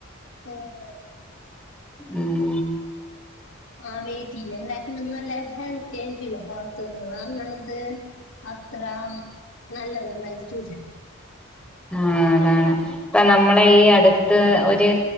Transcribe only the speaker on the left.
<unintelligible>
ആഹ് വീട്ടില്ലെ എന്താക്കന്ന നല്ല ഹെൽത്തി ആയിരിക്കൂല്ല പുറത്തനിന്നും വാങ്ങണത് അത്ര നല്ലതൊന്നായിരിക്കൂല്ല